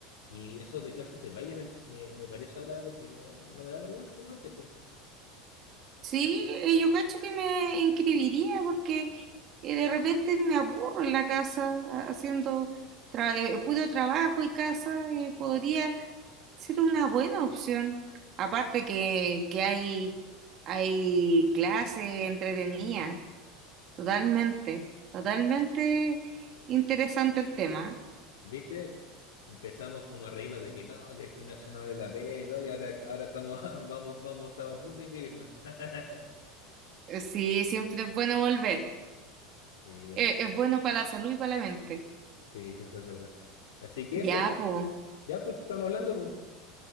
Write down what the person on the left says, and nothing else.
y eso de clases de baile me, me- me parece ahora porque no, no me da vergüenza como antes, pues.
¿Viste? Empezamos como a reírnos de que no, que el gimnasio no vale la pena y todo, y ahora, ahora estamos, <laughs> vamos, vamos, estamos a punto de inscribirnos. <laughs>
Sí, po.
Sí, sí, eso es verdad. Así que
eso, po.
Ya, pues, estamos hablando, po.